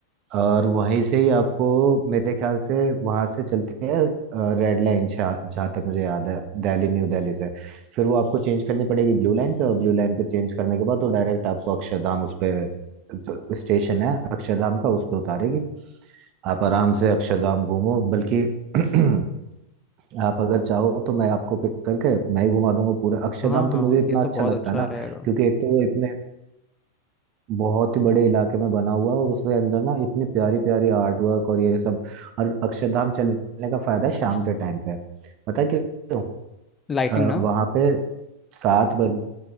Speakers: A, on the right; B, on the left.
A: और वहीं से ही आपको मेरे ख्याल से वहां से चलती है रेड लाइन जहाँ तक मुझे याद है दिल्ली न्यू दिल्ली से फिर वो आपको चेंज करनी पड़ेगी ब्लू लाइन पे और ब्लू लाइन पे चेंज करने के बाद वो डायरेक्ट आपको अक्षरधाम उस पे जो स्टेशन है अक्षरधाम का उस पे उतारेगी आप आराम से अक्षरधाम घूमो बल्कि <clears throat> आप अगर चाहो तो मैं आपको पिक करके मैं ही घुमा दूंगा पूरा अक्षरधाम
B: हाँ हाँ
A: तो मुझे इतना
B: ये तो
A: अच्छा
B: बहुत
A: लगता
B: अच्छा
A: है ना
B: रहेगा
A: क्योंकि एक तो वो इतने बहुत ही बड़े इलाके में बना हुआ है और उसके अंदर ना इतनी प्यारी प्यारी आर्ट वर्क और ये सब और अक्षरधाम चलने का फायदा है शाम
B: बस
A: के टाइम पे पता है क्यों
B: लाइटिंग
A: अ,
B: ना
A: वहाँ पे सात बजे